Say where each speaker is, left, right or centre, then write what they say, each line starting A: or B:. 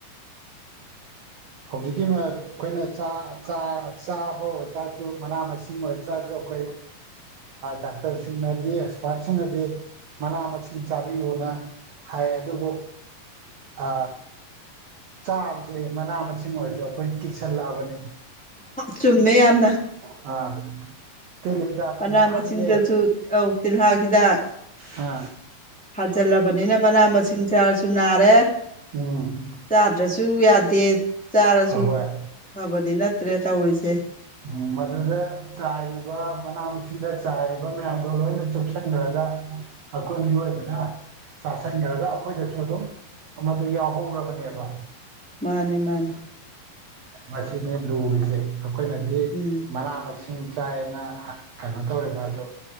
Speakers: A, on the right; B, in the centre.
A: ꯍꯧꯖꯤꯛꯀꯤ ꯑꯩꯈꯣꯏꯅ ꯆꯥ ꯆꯥꯕ ꯆꯥꯔꯁꯨ ꯃꯅꯥ ꯃꯁꯤꯡ ꯑꯣꯏ ꯆꯥꯁꯨ ꯑꯩꯈꯣꯏ ꯗꯥꯛꯇꯔꯁꯤꯡꯅꯗꯤ ꯑꯦꯛꯁꯄꯥꯔꯠꯁꯤꯡꯅꯗꯤ ꯃꯅꯥ ꯃꯁꯤꯡ ꯆꯥꯕꯤꯌꯨꯅ ꯍꯥꯏ ꯑꯦ ꯑꯗꯨꯕꯨ ꯑ ꯆꯥꯕꯁꯦ ꯃꯅꯥ ꯃꯁꯤꯡ ꯑꯣꯏꯔꯁꯨ ꯑꯩꯈꯣꯏ ꯀꯤꯁꯜꯂꯛꯑꯕꯅꯤ
B: ꯆꯨꯝꯃꯦ ꯌꯥꯝ
A: ꯑ ꯇꯤꯜ ꯍꯤꯗꯥꯛ
B: ꯃꯅꯥ
A: ꯃꯌꯥꯝꯁꯦ
B: ꯃꯁꯤꯡꯗꯁꯨ ꯑꯧ ꯇꯤꯜꯍꯥꯠ ꯍꯤꯗꯥꯛ
A: ꯑ
B: ꯊꯥꯖꯤꯜꯂꯕꯅꯤꯅ ꯃꯅꯥ ꯃꯁꯤꯡ ꯆꯥꯔꯁꯨ ꯅꯥꯔꯦ
A: ꯎꯝ
B: ꯆꯥꯗ꯭ꯔꯁꯨ ꯌꯥꯗꯦ ꯆꯥꯔꯁꯨ
A: ꯑꯍꯣꯏ
B: ꯐꯕꯗꯤ ꯅꯠꯇ꯭ꯔꯦ ꯇꯧꯔꯤꯁꯦ
A: ꯎꯝ ꯃꯗꯨꯗ ꯆꯥꯏꯔꯤꯕ ꯃꯅꯥ ꯃꯁꯤꯡꯗ ꯆꯥꯏꯔꯤꯕ ꯃꯌꯥꯝꯗꯣ ꯂꯣꯏꯅ ꯆꯨꯞꯁꯤꯟꯈ꯭ꯔꯅꯤ ꯑꯩꯈꯣꯏ ꯃꯤꯑꯣꯏꯕꯅ ꯆꯥꯁꯤꯟꯈꯔꯒ ꯑꯩꯈꯣꯏꯗꯁꯨ ꯑꯗꯨꯝ ꯑꯃꯗꯨ ꯌꯥꯎꯍꯧꯔꯕꯅꯦꯕ
B: ꯃꯥꯅꯦ ꯃꯥꯅꯦ
A: ꯃꯁꯤꯅꯤ ꯂꯨꯔꯤꯁꯦ ꯑꯩꯈꯣꯏꯅꯗꯤ
B: ꯎꯝ
A: ꯃꯅꯥ ꯃꯁꯤꯡ ꯆꯥꯏꯅ ꯀꯩꯅꯣ ꯇꯧꯔꯤꯕ ꯑꯗꯨ